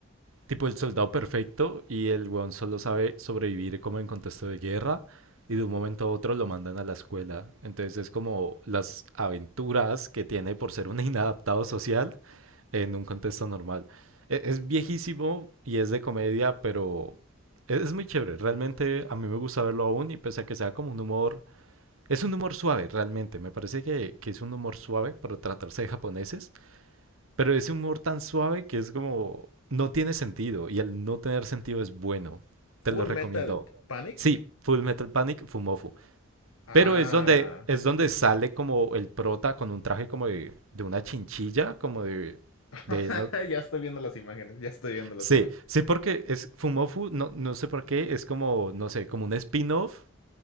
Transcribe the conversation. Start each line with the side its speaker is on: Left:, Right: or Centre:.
Right: tipo el soldado perfecto y el weón solo sabe sobrevivir como en contexto de guerra y de un momento a otro lo mandan a la escuela. Entonces es como las aventuras que tiene por ser un inadaptado social en un contexto normal. E- Es, viejísimo y es de comedia, pero es, es muy chévere. Realmente a mí me gusta verlo aún y pese a que sea como un humor... Es un humor suave, realmente. Me parece que, que es un humor suave para tratarse de japoneses, pero ese humor tan suave que es como... No tiene sentido y el no tener sentido es bueno. Te
Left: Full
Right: lo recomiendo.
Left: Metal Panic.
Right: Sí, Full Metal Panic, Fumofu.
Left: Ah,
Right: Pero es donde, es donde sale como el prota con un traje como de, de una chinchilla, como de,
Left: <laughs>
Right: de, no-
Left: ya estoy viendo las imágenes, ya estoy viendo las
Right: Sí,
Left: imágenes.
Right: sí, porque es Fumofu, no, no sé por qué, es como, no sé, como un spin-off